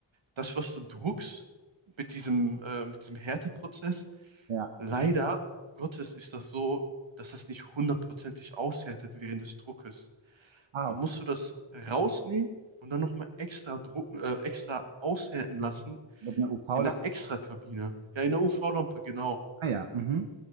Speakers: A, on the right (about 65°); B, on the right (about 80°).
A: das, was du druckst mit diesem, äh, mit diesem Härteprozess,
B: ja.
A: leider Gottes ist das so, dass das nicht hundertprozentig aushärtet während des Druckes.
B: Ah,
A: Dann
B: okay.
A: musst du das rausnehmen und dann nochmal extra drucken, äh, extra aushärten lassen
B: Mit einer UV-Lampe?
A: in der Extrakabine. Ja, in der UV-Lampe, genau.
B: Ah ja. Mhm.